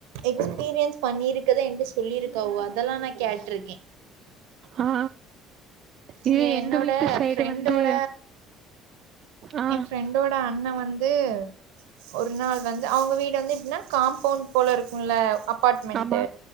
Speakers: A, on the right (about 65°); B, on the right (about 45°).
A: எக்ஸ்பீரியன்ஸ் பண்ணியிருக்கதை என்கிட்ட சொல்லியிருக்காவோ அதெல்லாம நா கேட்டிருக்கே
B: ஆ
A: இங்க
B: இது
A: என்னோட
B: எங்க வீட்டு சைடு
A: ஃப்ரெண்டோட
B: வந்து ஆ
A: என் ஃப்ரெண்ட் டோட அண்ண வந்து ஒரு நாள் வந்து அவங்க வீடு வந்து எப்டின்னா காம்பவுண்ட் போல இருக்குல அப் பார்ட்மெண்ட்
B: ஆமா